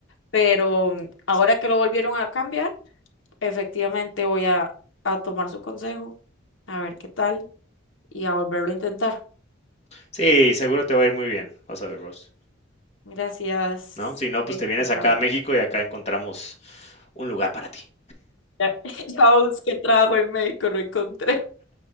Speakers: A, on the left (about 70°); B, on the left (about 35°).
A: Pero mm, ahora que lo volvieron a cambiar, efectivamente voy a, a tomar su consejo, a ver qué tal y a volverlo a intentar.
B: Sí, seguro te va a ir muy bien, vas a ver, bros.
A: Gracias.
B: ¿no? Si no, pues
A: Voy a
B: te
A: intentarlo.
B: vienes acá a México y acá encontramos un lugar para ti.
A: Ya, <laughs> ya busqué trabajo en México, no encontré.